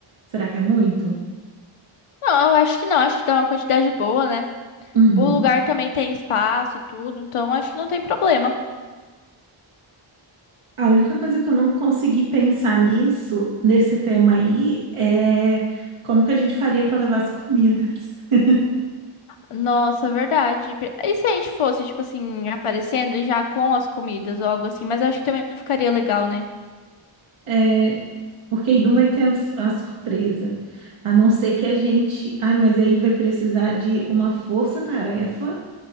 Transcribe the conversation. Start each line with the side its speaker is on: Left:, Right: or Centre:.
Right: Será que é muito?
Left: Não, eu acho que não, acho que dá uma quantidade boa, né?
Right: Uhum.
Left: O lugar também tem espaço e tudo, então acho que não tem problema.
Right: A única coisa que eu não consegui pensar nisso, nesse tema aí, é como que a gente faria para levar as comidas. <laughs>
Left: Nossa, verdade. E se a gente fosse, tipo assim, aparecendo e já com as comidas ou algo assim? Mas acho que também não ficaria legal, né?
Right: É, porque aí não vai ter as- a surpresa. A não ser que a gente. Ai, mas aí vai precisar de uma força-tarefa